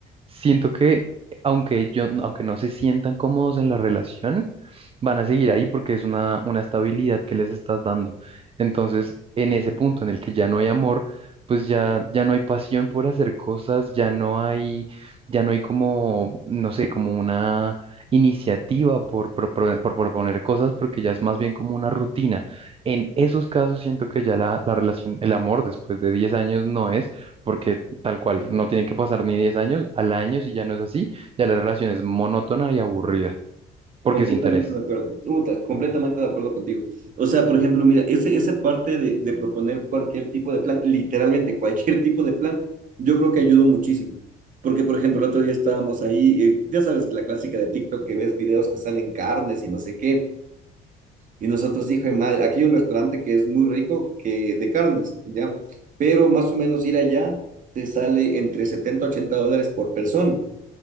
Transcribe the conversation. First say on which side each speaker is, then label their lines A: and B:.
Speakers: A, on the right; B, on the right.
A: siento que aunque yo, aunque no se sientan cómodos en la relación, van a seguir ahí porque es una, una estabilidad que les estás dando. Entonces, en ese punto en el que ya no hay amor, pues ya, ya no hay pasión por hacer cosas, ya no hay ya no hay como, no sé, como una iniciativa por, propone- por proponer cosas porque ya es más bien como una rutina. En esos casos siento que ya la, la relación, el amor después de 10 años no es, porque tal cual, no tiene que pasar ni 10 años, al año si ya no es así, ya la relación es monótona y aburrida, porque
B: Completamente
A: es interés.
B: de acuerdo, Uta, completamente de acuerdo contigo. O sea, por ejemplo, mira, ese, esa parte de, de proponer cualquier tipo de plan, literalmente cualquier <laughs> tipo de plan, yo creo que ayudó muchísimo. Porque, por ejemplo, el otro día estábamos ahí, eh, ya sabes, la clásica de TikTok que ves videos que salen carnes y no sé qué, Y nosotros, hijo de madre, aquí hay un restaurante que es muy rico, que de carnes, ¿ya? Pero más o menos ir allá te sale entre 70 a 80 dólares por persona.